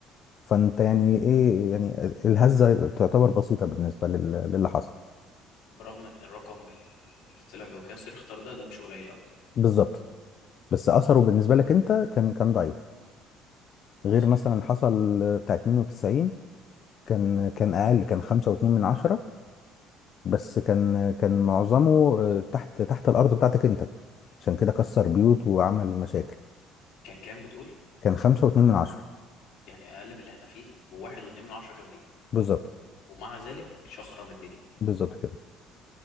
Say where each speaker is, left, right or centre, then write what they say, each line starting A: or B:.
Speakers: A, on the left; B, on the left.
A: فانت يعني ايه يعني الهزه تعتبر بسيطه بالنسبه لل- للي حصل
B: برغم ان الرقم ال- اللي طلع بمقياس ريختر ده ده مش قليل ابدا
A: بالظبط بس اثره
B: اه
A: بالنسبه لك انت كان كان ضعيف
B: واصل
A: غير مثلا حصل بتاع 92 كان كان اقل كان 5.2 من 10 بس كان كان معظمه آه، تحت تحت الارض بتاعتك انت عشان كده كسر بيوت وعمل مشاكل
B: كان كام بتقول
A: كان 5.2 من 10
B: يعني اقل من اللي احنا فيه بواحد واتنين من عشرة كاملين
A: بالظبط
B: ومع ذلك شخرم الدنيا
A: بالظبط كده